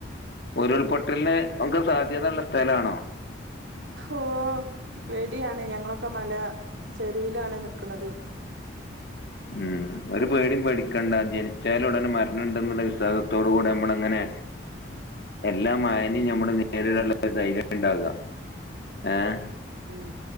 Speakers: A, on the left; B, on the right.
A: ഉരുൾപൊട്ടലിന് ഒക്കെ സാധ്യതയ ഉള്ള സ്ഥലാണോ?
B: ഓ പേടിയാണ് ഞങ്ങളൊക്കെ മല ചെരുവിലാണ് നിക്കന്നത്.
A: ഉം ഒരു പേടിയും പേടിക്കണ്ട ജനിച്ചാല് ഉടനെ മരണണ്ടെന്നുള്ള വിശ്വാസത്തോട കൂടി നമ്മള അങ്ങനെ
B: <inaudible>
A: എല്ലാ മയനിം ഞമ്മള് നേരിടാനുള്ള ധൈര്യം ഉണ്ടാകാ ഏഹ്
B: ഉം